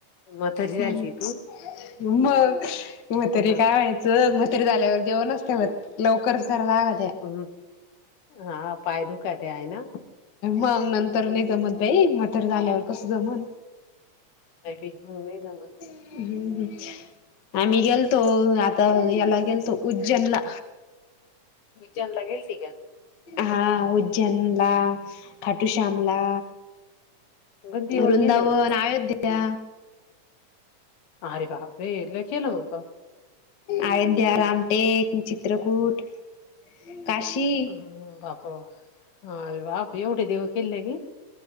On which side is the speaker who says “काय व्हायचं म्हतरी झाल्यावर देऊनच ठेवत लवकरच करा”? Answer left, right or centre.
Left